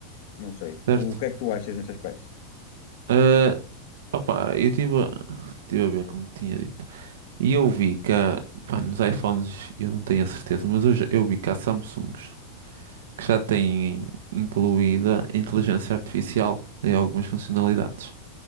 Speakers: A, on the left; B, on the right.
A: não sei.
B: certo?
A: O que é que tu achas nesse aspecto?
B: Ah, opá, eu estive a, tive a ver como tinha dito. E eu vi que há, pá, nos iPhones, eu não tenho a certeza, mas eu, já- eu vi que há Samsungs que já têm incluída a inteligência artificial em algumas funcionalidades.